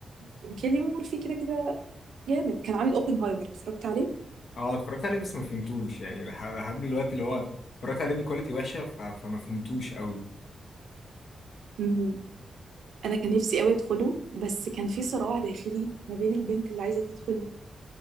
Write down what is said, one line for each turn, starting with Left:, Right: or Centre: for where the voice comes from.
Right: كان كيليان ميرفي كده كده جامد كان عامل اوبنهايمر اتفرجت عليه
Left: أه اتفرجت عليه بس ما فهمتوش يعني لح- لحد دلوقتي اللي هو اتفرجت عليه بكواليتي وحشة ف... فما فهمتوش قوي
Right: مم. انا كان نفسي قوي ادخله بس كان في صراع داخلي ما بين البنت اللي عايزه تدخل